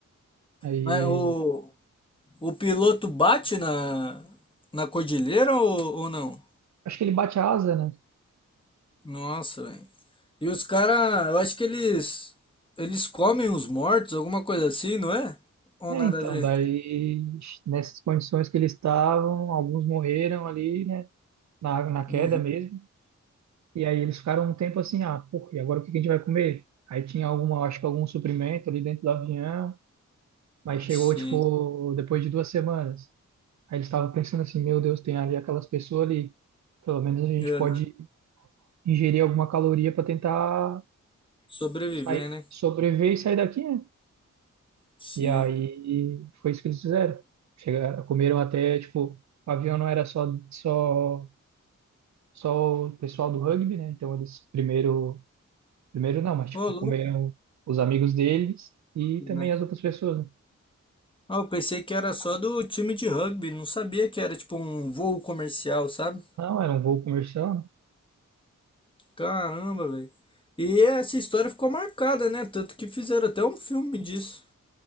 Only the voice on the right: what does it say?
Aí
acho que ele bate a asa, né?
É,
então,
daí nessas condições que eles estavam, alguns morreram ali, né? Na, na queda
mesmo. E aí eles ficaram um tempo assim, ah, pô, e agora o que que a gente vai comer? Aí tinha alguma, acho que algum suprimento ali dentro do avião. Aí chegou,
tipo, depois de duas semanas. Aí eles estavam pensando assim, meu Deus, tem ali aquelas pessoas ali. Pelo menos a gente
pode ingerir alguma caloria para tentar
sair,
sobreviver e sair daqui, né?
E aí foi isso que eles fizeram. Chegaram, comeram até, tipo, o avião não era só, só, só o pessoal do rugby, né? Então eles primeiro, primeiro não, mas tipo,
comeram os amigos deles e
também as outras pessoas. né?
Não, era um voo comercial, né?